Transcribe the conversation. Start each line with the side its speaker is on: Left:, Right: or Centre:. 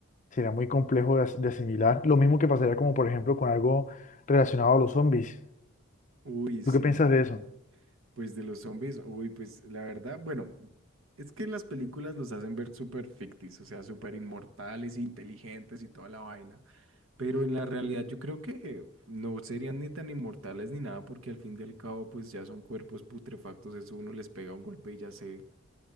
Left: sería muy complejo de, as- de asimilar. Lo mismo que pasaría como, por ejemplo, con algo relacionado a los zombies.
Right: uy, sí.
Left: ¿Tú qué piensas de eso?
Right: Pues de los zombies, uy, pues la verdad, bueno, es que las películas los hacen ver súper ficticios, o sea, súper inmortales, inteligentes y toda la vaina, pero en la realidad yo creo que no serían ni tan inmortales ni nada, porque al fin y al cabo, pues ya son cuerpos putrefactos, eso uno les pega un golpe y ya se,